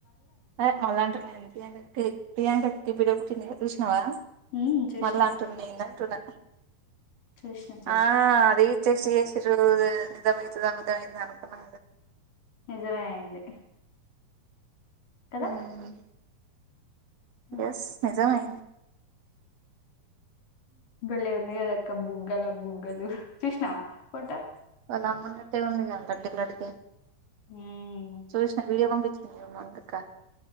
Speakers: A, on the right; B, on the left.
A: అ మళ్లాట్ర న ఎంత ప్రియాంక డిబడ పుట్టింది ఇ చూసినావా
B: ఉమ్, చూసిన
A: మళ్ళా అంటుంది న అంటున్నా
B: చూసిన చూసిన
A: ఆ అది టెస్ట్ చేసిరు నిజమైతాదా అబ్బదమైతదా అనుకున్నా
B: నిజమే అయింది కదా
A: మ్మ్
B: ఉమ్.
A: ఎస్ నిజామె
B: బళ్ళి ఉంది ఏదక బుంగల బుంగలు చూసినవా ఫోటో
A: వాళ్ళ అమ్మన్నట్టే ఉంది లడ్డకు లడ్డుగా
B: ఉమ్
A: చూసిన వీడియో పంపి మందుకా